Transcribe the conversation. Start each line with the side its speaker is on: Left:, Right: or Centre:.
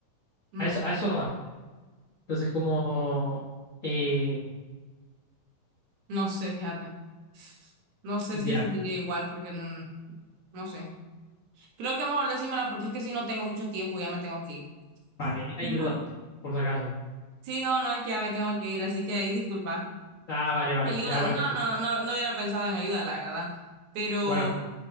Right: no,
Left: a eso,
Right: s-
Left: a eso va. Entonces, como, eh,
Right: no sé, fíjate, no sé
Left: ya,
Right: si se diría igual porque mm, no sé. Creo que mejor decímela porque es que si no tengo mucho tiempo ya me tengo que ir.
Left: vale, ayuda,
Right: <laughs>
Left: por si acaso.
Right: Sí, no, no, es que ya me tengo que ir, así que ahí disculpa.
Left: Ah, vale, vale,
Right: Ayuda,
Left: ya, bueno,
Right: no, no, no, no hubiera pensado en ayuda, la verdad, pero,
Left: bueno,